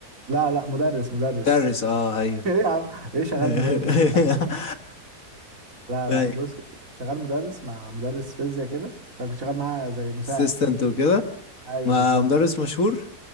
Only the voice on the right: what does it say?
لا لا مدرس مدرس
<laughs>
ايه يا عم ايه شغال
مدارس ده يا عم؟ لا
لا بص كنت شغال مدرس مع مدرس فيزياء كده فكنت شغال معاه زي مساعد
فاهمني
ايوه
بالظبط